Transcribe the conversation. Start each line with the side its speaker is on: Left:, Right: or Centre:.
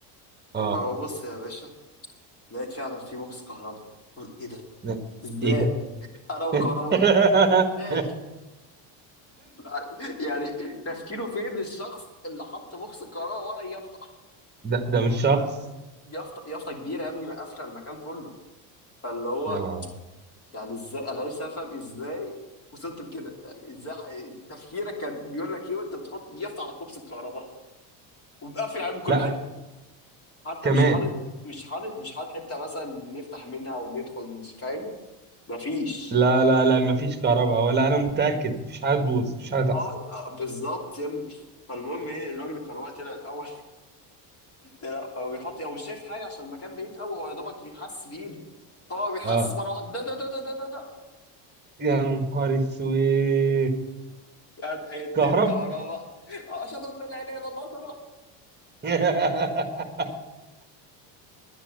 Right: اه
Left: فببص يا باشا لقيت فعلا في بوكس كهرباء قلت ايه ده
Right: لا.
Left: ازاي
Right: ايه ده
Left: انا وكهرباء
Right: <laughs>
Left: ازاي؟ <laughs> يعني تفكيره فين الشخص اللي حط بوكس الكهرباء ورا يافطه
Right: ده ده مش شخص
Left: يافطه يافطه كبيره يا ابني قافله المكان كله فاللي هو
Right: يا نهار أبيض.
Left: يعني ازاي انا نفسي افهم ازاي وصلت لكده يعني ازاي ح- تفكيرك كان بيقول لك ايه وانت بتحط اليافطه على كوبس الكهرباء ومقفل عليه من كل
Right: لا
Left: حته حتى
Right: كمان
Left: مش حاطط مش حاطط مش حاطط حته مثلا نفتح منها وندخل مش فاهم مفيش
Right: لا لا لا مفيش كهرباء ولا انا متاكد مفيش حاجه تبوظ مفيش حاجه تحصل
Left: اه آه، بالظبط يا ابني فالمهم ايه الراجل الكهرباء طلع الاول <laughs> لا هو بيحط هو مش شايف حاجه عشان المكان بعيد قوي هو يا دوبك بيحس بايده هو بيحس
Right: اه
Left: مرة واحدة ده ده ده ده ده ده ده
Right: يا نهار اسود
Left: كانت حتة
Right: كهرب
Left: كهرباء آه، أشهد أن لا إله إلا الله صلى الله
Right: <laughs>